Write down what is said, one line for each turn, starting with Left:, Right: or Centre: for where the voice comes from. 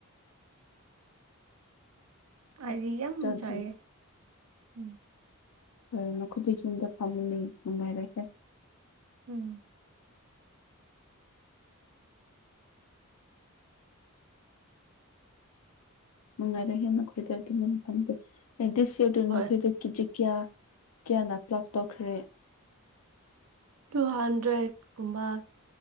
Right: ꯑꯩꯗꯤ ꯌꯥꯝ
Left: ꯆꯥꯗ꯭ꯔꯤ
Right: ꯆꯥꯏꯌꯦ ꯎꯝ
Left: ꯑꯥ ꯅꯈꯣꯏꯗꯤ ꯌꯨꯝꯗ ꯐꯝꯕꯅꯤ ꯅꯨꯡꯉꯥꯏꯔꯣꯢꯗ
Right: ꯎꯝ
Left: ꯅꯨꯡꯉꯥꯏꯔꯦꯍꯦ ꯅꯈꯣꯏꯗꯤ ꯑꯗꯨꯃꯥꯏꯅ ꯐꯝꯗꯤ ꯗꯤꯁ ꯏꯌꯔꯗꯣ
Right: ꯍꯣꯏ
Left: ꯅꯈꯣꯏꯗꯣ ꯈꯤꯖꯤꯛ ꯀꯌꯥ ꯀꯌꯥꯅ ꯂꯥꯛ ꯇꯣꯛꯈ꯭ꯔꯦ
Right: ꯇꯨ ꯍꯟꯗ꯭ꯔꯦꯠ ꯀꯨꯝꯕ